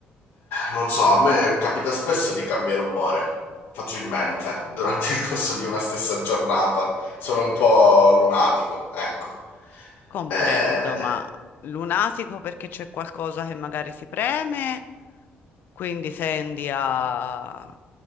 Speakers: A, on the left (about 80°); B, on the left (about 55°).
A: non so, a me capita spesso di cambiare umore facilmente durante il corso di una stessa giornata. Sono un po' lunatico, ecco.
B: comprendo,
A: Eh,
B: ma lunatico perché c'è qualcosa che magari si preme, quindi tendi a